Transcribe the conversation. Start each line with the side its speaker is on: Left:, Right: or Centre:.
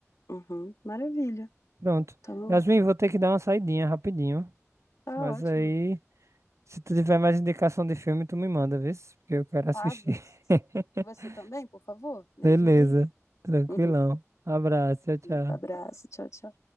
Left: Uhum, maravilha,
Right: Pronto.
Left: tá bom.
Right: Yasmin, vou ter que dar uma saidinha rapidinho.
Left: Tá
Right: Mas
Left: ótimo.
Right: aí, se tu tiver mais indicação de filme, tu me manda, vê? Porque eu quero assistir.
Left: Tavas.
Right: <laughs>
Left: Você também, por favor? Me
Right: Beleza.
Left: ajuda aí.
Right: Tranquilão.
Left: <laughs>
Right: Abraço, tchau, tchau.
Left: Abraço, tchau, tchau.